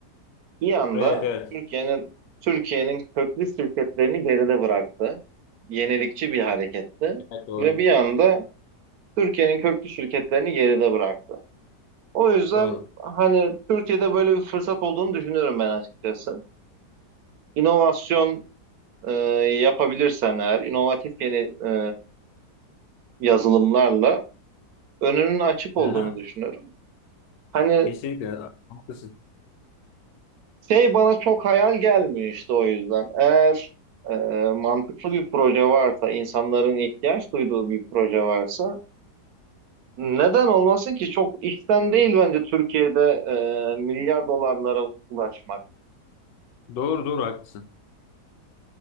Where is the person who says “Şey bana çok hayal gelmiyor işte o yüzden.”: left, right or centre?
Right